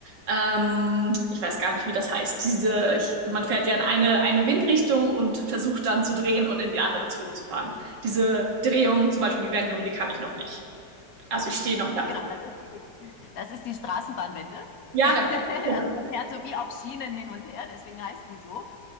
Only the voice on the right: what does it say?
ähm, ich weiß gar nicht, wie das heißt, diese, ich, man fährt ja in eine, eine Windrichtung und versucht dann zu drehen und in die andere zurückzufahren. Diese Drehung, zum Beispiel die Wendung, die kann ich noch nicht. Also ich stehe noch ganz
Ja,
genau. Genau.